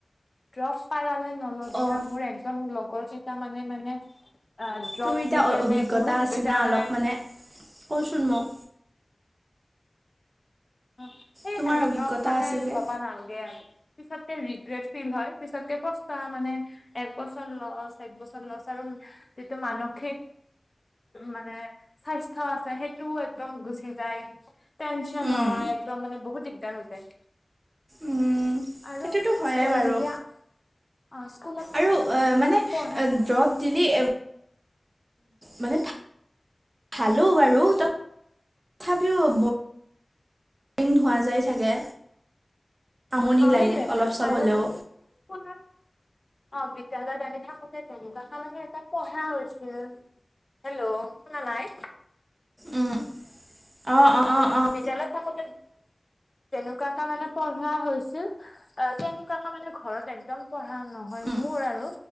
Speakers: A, on the left; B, on the right.
A: ড্ৰবছ পাৰাহলে <inaudible> নলবি
B: অঁ
A: হা, মোৰ একদাম লগৰ কে তাৰ মানে মানে অঁ, জব
B: তোৰ এতিয়া
A: দি কেনে
B: অভিজ্ঞতা
A: বহুত,
B: আছে
A: এতিয়া
B: না অলপ
A: মানে
B: কচোন মোক
A: অ' সেই
B: তোমাৰ
A: আৰু
B: অভিজ্ঞতা
A: দ্ৰপ মানে
B: আছে যে
A: ল'বা নালাগে আৰু। পিছতকে ৰিগ্ৰেত ফীল হয়, পিছতকে পষ্টা মানে, এক বছৰ লছ, এক বছৰ লছ, আৰু যিটো মানসিক মানে স্বাস্থ আছে সেইটো একদম গুচি যায়, টেনচন
B: উম
A: নহয় একদম মানে বহুত দিগদাৰ হৈ যায়।
B: উম
A: আৰু
B: সেইটোতো হয়ে
A: <inaudible>
B: বাৰু
A: যেতিয়া অ স্কুলত থাকোতে
B: আৰু আহ,
A: যেনেকুৱা
B: মানে
A: এটা পঢ়া
B: দৰৱ দিলি এ, মানে ভালো বাৰু তথাপিও <inaudible> <inaudible> হোৱা যায় চাগে? আমনি
A: অঁ
B: লাগে
A: সেইটোৱে
B: অলপ চলপ
A: আৰু
B: হ'লেও
A: <inaudible> অঁ বিদ্যালয়ত আমি থাকো <inaudible> <inaudible> তেনেকুৱা এটা লাগে এটা পঢ়া হৈছিল, হেল্ল', শুনা নাই?
B: উম, অঁ অঁ অঁ অঁ
A: বিদ্যালয়ত থাকোতে তেনেকুৱাকে মানে পঢ়া হৈছিল, তেনেকুৱাকে মানে ঘৰত একদম পঢ়া নহয়
B: উম
A: মোৰ আৰু,